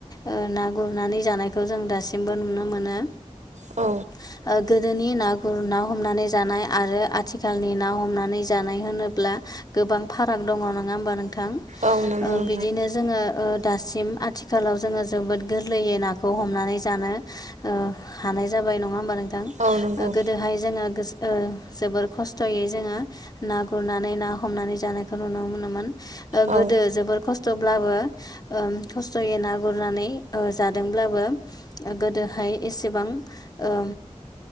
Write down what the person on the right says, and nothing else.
औ।
औ नंगौ
नोंथां
औ नंगौ
औ